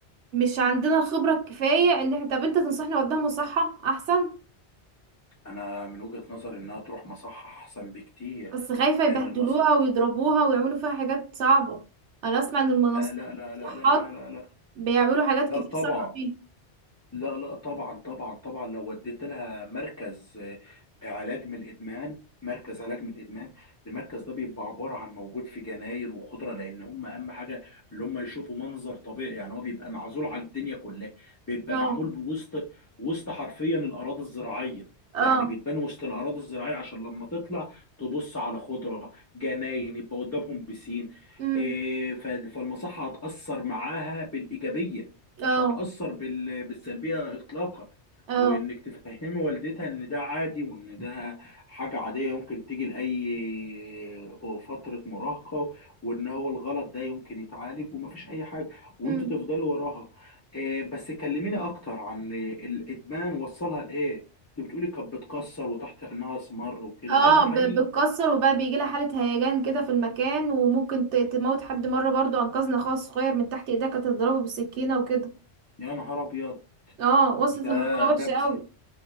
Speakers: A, on the right (about 80°); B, on the left (about 15°).
A: مش عندنا الخبرة الكفاية ان احنا طب انت تنصحني اوديها مصحة احسن
B: انا من وجهه نظري انها تروح مصحه احسن بكتير
A: بس خايفة يبهدلوها
B: لان المصح
A: ويضربوها ويعملوا فيها حاجات صعبة انا اسمع ان المنصات
B: لا لا لا لا
A: المصحات
B: لا لا لا لا
A: بيعملوا حاجات
B: لا
A: كتير
B: طبعا
A: صعبة فيها
B: لا لا طبعا طبعا طبعا لو وديت لها مركز آه، علاج من الادمان مركز علاج من الادمان المركز ده بيبقى عباره عن موجود في جناين وخضره لان هم اهم حاجه اللي هم يشوفوا منظر طبيعي يعني هو بيبقى معزول عن الدنيا كلها بيبقى
A: اه
B: معمول بوسط وسط حرفيا الاراضي الزراعيه
A: اه
B: يعني بيتبان وسط الاراضي الزراعيه عشان لما تطلع تبص على خضره جناين يبقى قدامهم بسين
A: امم
B: آه، ف- فالمصحه هتاثر معاها بالايجابيه
A: اه
B: مش هتأثر بال... بالسلبية إطلاقا
A: اه
B: وإنك تفهمي والدتها إن ده عادي وإن ده حاجة عادية يمكن تيجي لأي فترة مراهقة وإن هو الغلط ده يمكن يتعالج ومفيش أي حاجة وأنتوا
A: امم.
B: تفضلوا وراها آه، بس كلميني أكتر عن الإدمان وصلها لإيه؟ أنت بتقولي كانت بتكسر وتحت عينها أسمر وكده
A: اه
B: هل ده
A: ب-
B: حقيقي؟
A: بتكسر وبقى بيجي لها حالة هيجان كده في المكان وممكن ت- تموت حد مرة برضو انقذنا اخوها الصغير من تحت ايديها كانت تضربه بالسكينة وكده
B: يا نهار أبيض
A: اه وصلت
B: ده
A: لمرحلة وحشة
B: ده بس
A: قوي